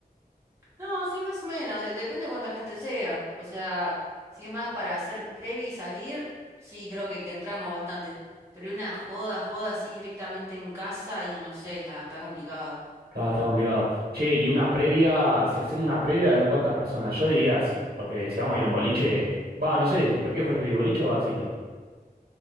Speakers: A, on the right; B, on the right.
A: No, sí, más o menos. de- depende de cuánta gente sea. O sea, si es más para hacer previ y salir, sí, creo que, que entramos bastante. Pero una joda, joda así directamente en casa y no sé, está, está complicado.
B: Claro, está complicado. Che, y una previa, si hacemos una previa, ¿de cuántas personas? Yo diría sí, porque si vamos a ir a un boliche, va, no sé, ¿por qué preferís boliche o barcito?